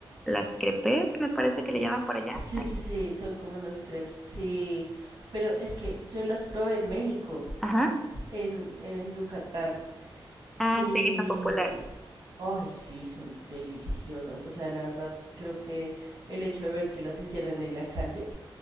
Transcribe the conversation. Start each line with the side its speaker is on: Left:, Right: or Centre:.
Centre: las crepes, me parece que le llaman por allá.
Right: Sí,
Centre: Ay,
Right: sí, sí, son como unos crepes, sí, pero es que yo las probé en México,
Centre: Ajá.
Right: en, en Yucatán,
Centre: Ah,
Right: y...
Centre: sí, son populares.
Right: Ay, sí, son deliciosas. O sea, la verdad, creo que el hecho de ver que las hicieran en la calle